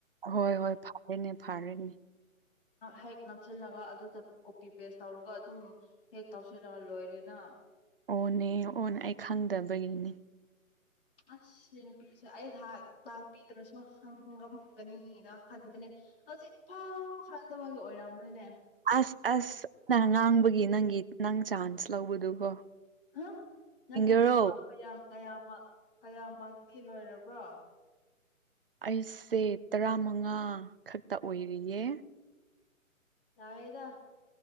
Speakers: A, on the right (about 45°); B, on the left (about 40°).
A: ꯍꯣꯏ ꯍꯣꯏ ꯐꯔꯦꯅꯦ ꯐꯔꯦꯅꯦ
B: ꯍꯦꯛ ꯅꯝꯁꯤꯜꯂꯒ ꯑꯗꯨꯗ ꯀꯣꯄꯤ ꯄꯦꯁ ꯇꯧꯔꯒ ꯑꯗꯨꯝ ꯍꯦꯛ ꯇꯧꯁꯤꯜꯂꯒ ꯂꯣꯏꯔꯦꯅ
A: ꯑꯣꯅꯦ ꯑꯣꯅꯦ ꯑꯩ ꯈꯪꯗꯕꯒꯤꯅꯦ
B: ꯑꯁ ꯅꯨꯄꯤꯁꯦ ꯑꯩꯁ ꯇꯥꯛꯄꯤꯗꯨꯅꯁꯨ ꯍꯪꯉꯝꯒꯅꯤꯅ ꯈꯟꯕꯅꯦ ꯍꯧ ꯏꯐꯥꯎ ꯍꯗ ꯃꯥꯒꯤ ꯑꯣꯏꯔꯝꯅꯤꯅꯦ
A: ꯑꯁ ꯑꯁ ꯅꯪ ꯉꯥꯡꯕꯒꯤ ꯅꯪꯒꯤ ꯅꯪ ꯆꯥꯟꯁ ꯂꯧꯕꯗꯨꯀꯣ
B: ꯑ ꯅ
A: ꯁꯤꯡꯒꯔꯣ
B: ꯀ꯭ꯔꯔꯤꯃꯌꯥꯌꯥꯝꯃ ꯀꯌꯥꯝꯃ ꯂꯣꯏꯔꯕ꯭ꯔꯣ
A: ꯑꯩꯁꯦ ꯇꯔꯥꯃꯉꯥ ꯈꯛꯇ ꯑꯣꯏꯔꯤꯌꯦ
B: ꯌꯥꯑꯦꯗ